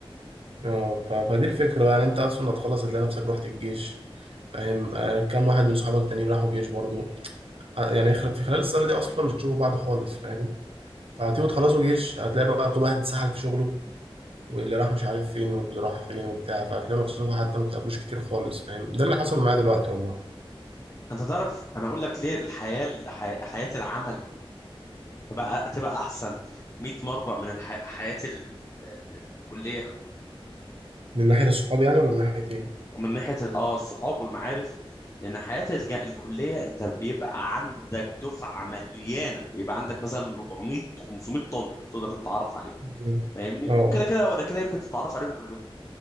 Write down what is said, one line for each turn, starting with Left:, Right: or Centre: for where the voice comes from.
Right: اه ف- فدي الفكره بقى يعني انت اصلا هتخلص هتلاقي نفسك رحت الجيش فاهم آه كام واحد من صحابك التانيين راحوا جيش برضو ه- يعني خ- في خلال السنه دي اصلا مش هتشوفوا بعض خالص فاهم فهتيجوا تخلصوا جيش هتلاقي بقى كل واحد اتسحل في شغله واللي راح مش عارف فين واللي راح فين وبتاع فهتلاقوا نفسكم حتى ما بتقابلوش كتير خالص فاهم ده اللي حصل معايا دلوقتي والله
Left: انت تعرف انا اقول لك ليه الحياه الحي... حياه العمل تبقى تبقى احسن 100 مره من الح... حياه ال... ال- الكليه
Right: من ناحيه الصحاب يعني ولا من ناحيه ايه؟
Left: ومن ناحيه ال- اه الصحاب والمعارف لان حياه الج... الكليه انت بيبقى عندك دفعه مليانه بيبقى عندك مثلا 400 500 طالب تقدر تتعرف عليهم
Right: مم.
Left: فاهمني
Right: اه
Left: وكده كده ولا كده يمكن تتعرف عليهم كلهم